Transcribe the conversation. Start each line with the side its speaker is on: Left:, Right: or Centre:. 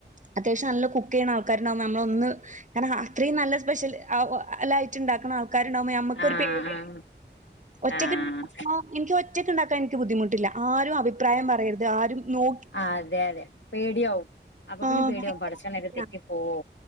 Right: അത്യാവശ്യം നല്ല കുക്ക് ചെയ്യണ ആൾക്കാരുണ്ടാവ നമ്മളൊന്ന്. കാരണം അത്രയും നല്ല സ്പെഷ്യൽ എല്ലായിറ്റം ഉണ്ടാക്കണം ആ ൾക്കാര് ഉണ്ടാവുമ്പോ നമ്മക്കൊരു
Left: ആഹ്
Right: പേടി ഒറ്റക്ക്.
Left: ആഹ്
Right: ഓഹ് ഇന്ക്ക് ഒറ്റയ്ക്ക് ഇണ്ടാക്കാൻ ഇന്ക്ക് ബുദ്ധിമുട്ടില്ല ആരും അഭിപ്രായം പറയരുത് ആരും നോ
Left: ആഹ് അതെ അതെ പേടിയാവും അപ്പ പിന്നെ
Right: ആഹ്
Left: പേടിയാവും
Right: ഭയങ്കര
Left: പടച്ചോനെ ഇത് തെറ്റി പോവൊ